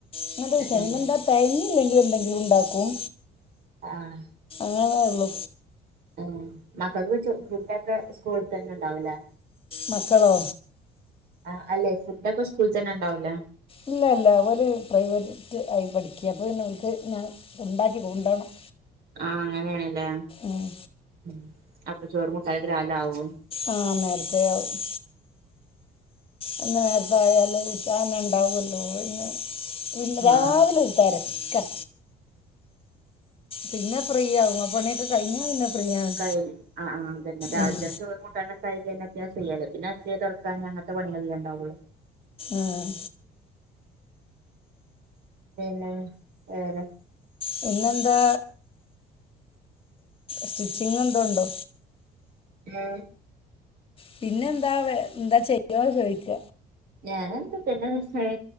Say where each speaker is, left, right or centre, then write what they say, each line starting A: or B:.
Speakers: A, on the left (about 35°); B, on the right (about 65°).
A: അങ്ങനത്തെ വിഷയം
B: ഏഹ്
A: പിന്നെ എന്താ തെകഞ്ഞി ഇല്ലെങ്കിലെന്തെങ്കിലും ഉണ്ടാക്കും
B: ആഹ്
A: അങ്ങനയേ ഇള്ളൂ.
B: ആഹ് മക്കക്ക് ചോ ഫുഡ് ഒക്കെ സ്കൂളിൽ തന്നെ ഉണ്ടാവൂലേ?
A: മക്കളോ?
B: ആ അല്ലെ ഫുഡ്ഒക്കെ സ്കൂളിൽ തന്നെ ഉണ്ടാവൂലേ?
A: ഇല്ല ഇല്ല ഒലെ പ്രൈവറ്റ് ആയി പഠിക്ക. അപ്പൊ പിന്നെഓല്ക്ക് ഞാൻ ഉണ്ടാക്കി കൊണ്ടോണം.
B: ആഹ് അങ്ങനെയാണ്ല്ലേ.
A: ഉം
B: ഉം അപ്പൊ ചോറ് കൂട്ടാനോക്കെ രാവിലെ ആവും.
A: ആ നേരത്തെ ആവും അ നേരത്തെ ആയല് ഉച്ചാന്ന ഉണ്ടാവല്ലോ ഇന്ന്. പിന്നെ രാവിലെ
B: ആഹ്
A: ഒര് തെരക്ക. പിന്നെ ഫ്രീ ആവും അപ്പണീക്കെ കഴിഞ്ഞ പിന്നെ ഫ്രീ ആണ്
B: കഴിയും ആ അ അതന്നെ രാവിലെ
A: ഉം.
B: തന്നെ ചോറും കൂടാനൊ കൈഞ് കഴിഞാ പിന്നെ ഞാൻ ഫ്രീ അല്ലെ പിന്നെ അടിച്ചൊരി തുടച്ചു പിന്നെ അങ്ങനത്തെ പണികളല്ലേ ഉണ്ടാവുള്ളു.
A: ആഹ്
B: പിന്നെ വേറെ
A: പിന്നെന്താ സ്റ്റിച്ചിങ് എന്തോ ഉണ്ടോ
B: ആ
A: പിന്നെ എന്താ എന്താ ചെയ്യോന്ന് ചോദിക്ക
B: ഞാനെന്താ തന്നെ